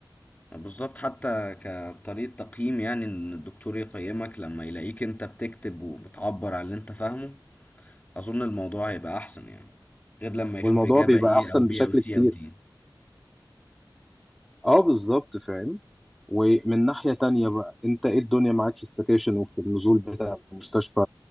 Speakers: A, on the left; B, in the centre.
A: بالظبط حتى كطريقه تقييم يعني ان الدكتور يقيمك لما يلاقيك انت بتكتب وبتعبر عن اللي انت فاهمه أظن الموضوع هيبقى أحسن يعني غير لما يشوف
B: والموضوع
A: إجابة
B: بيبقى
A: A
B: احسن
A: أو B
B: بشكل
A: أو C
B: كتير
A: أو D
B: اه بالظبط فاهم ومن ناحية تانية بقى انت ايه الدنيا معاك في السكاشن وفي النزول بتاع المستشفى